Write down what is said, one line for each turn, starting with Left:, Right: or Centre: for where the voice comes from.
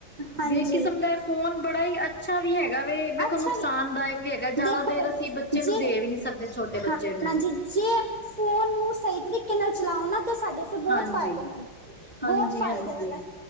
Right: ਹਾਂਜੀ,
Centre: ਬੇ ਕਿਸਮ ਦਾ ਫੋਨ ਬੜਾ ਹੀ ਅੱਛ ਅੱਛਾ ਵੀ ਹੈਗਾ ਵੇ, ਵੇਖੋ
Right: ਅੱਛਾ
Centre: ਨੁਕਸਾਨਦਾਇਕ
Right: ਵੀਗਾ
Centre: ਵੀ ਹੈਗਾ, ਜਿਆਦਾ
Right: ਦੇਖੋ
Centre: ਦੇਰ
Right: ਬਾਈ
Centre: ਅਸੀਂ ਬੱਚੇ
Right: ਜੇ
Centre: ਨੂੰ ਦੇ ਵੀ ਨੀ ਸਕਦੇ ਛੋਟੇ ਬੱਚੇ
Right: ਹਾਂ ਹਾਂਜੀ
Centre: ਨੂੰ
Right: ਜੇ ਫੋਨ ਨੂੰ ਸਹੀ ਤਰੀਕੇ ਨਾਲ ਚਲਾਓ ਨਾ ਤੇ ਸਾਡੇ ਤੇ ਬਹੁਤ
Centre: ਹਾਂਜੀ
Right: ਫਾਇਦੇ ਹਨ,
Centre: ਹਾਂਜੀ
Right: ਬਹੁਤ ਫਾਇਦੇ
Centre: ਹਾਂਜੀ
Right: ਵਾਲਾ